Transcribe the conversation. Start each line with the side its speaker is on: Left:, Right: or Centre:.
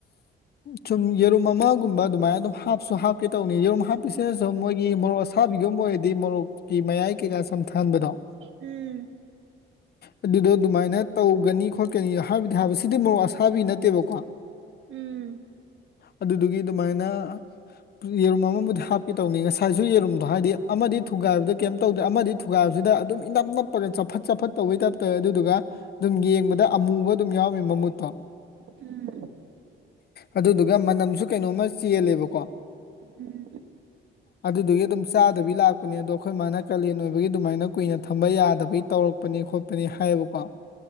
Left: ꯁꯨꯝ ꯌꯦꯔꯨꯝ ꯑꯃꯒꯨꯝꯕ ꯑꯗꯨꯃꯥꯏꯅ ꯑꯗꯨꯝ ꯍꯥꯞꯁꯨ ꯍꯥꯞꯀꯦ ꯇꯧꯅꯤ ꯌꯦꯔꯨꯝ ꯍꯥꯞꯄꯤꯁꯤꯅ ꯁꯨꯝ ꯃꯣꯏꯒꯤ ꯃꯣꯔꯣꯛ ꯑꯁ ꯕꯤꯉꯨꯝꯕꯗꯤ ꯃ ꯃꯌꯥꯏ ꯀꯩꯀꯥ ꯆꯝꯊꯍꯟꯕꯗꯣ
Right: ꯎꯝ
Left: ꯑꯗꯨꯗꯣ ꯑꯗꯨꯃꯥꯏꯅ ꯇꯧ ꯇꯧꯒꯅꯤ ꯈꯣꯠꯀꯅꯤ ꯍꯥꯏꯕꯗꯤ ꯍꯥꯏ ꯁꯤꯗꯤ ꯃ ꯑꯁꯥꯕꯤ ꯅꯠꯇꯦꯕꯀꯣ
Right: ꯎꯝ
Left: ꯑꯗꯨꯗꯨꯒꯤ ꯑꯗꯨꯃꯥꯏꯅ ꯌꯦꯔꯨꯝ ꯑꯃꯕꯨꯗꯤ ꯍꯥꯞꯀꯦ ꯇꯧꯅꯤ ꯉꯁꯥꯏꯁꯨ ꯌꯦꯔꯨꯝꯗꯣ ꯍꯥꯏꯗꯤ ꯑꯃꯗꯤ ꯊꯨꯒꯥꯏꯕꯗ ꯀꯩꯝ ꯇꯧꯗꯦ ꯑꯃꯗꯤ ꯊꯨꯒꯥꯏꯕꯁꯤꯗ ꯑꯗꯨꯝ ꯏ ꯅꯝ ꯅꯞꯄꯒ ꯆꯐꯠ ꯆꯐꯠ ꯇꯧꯕꯩ ꯇꯥꯏꯞꯇꯧꯋ ꯑꯗꯨꯗꯨꯒ ꯑꯗꯨꯝ ꯌꯦꯡꯕꯗ ꯑꯃꯨꯕ ꯑꯗꯨꯝ ꯌꯥꯎꯔꯝꯃꯤ ꯃꯃꯨꯠꯇꯣ
Right: ꯎꯝ
Left: ꯑꯗꯨꯗꯨꯒ ꯃꯅꯝꯁꯨ ꯀꯩꯅꯣꯝꯃ ꯆꯦꯜꯂꯦꯕꯀꯣ
Right: ꯎꯝ
Left: ꯑꯗꯨꯗꯨꯒꯤ ꯑꯗꯨꯝ ꯆꯥꯗꯕꯤ ꯂꯥꯛꯄꯅꯦ ꯑꯗꯣ ꯑꯩꯈꯣꯏ ꯃꯥꯅ ꯀꯥꯂꯦꯟ ꯑꯣꯏꯕꯒꯤ ꯑꯗꯨꯃꯥꯏꯅ ꯀꯨꯏꯅ ꯊꯝꯕ ꯌꯥꯗꯕꯒꯤ ꯇꯧꯔꯛꯄꯅꯤ ꯈꯣꯠꯄꯅꯤ ꯍꯥꯏꯌꯦꯕꯀꯣ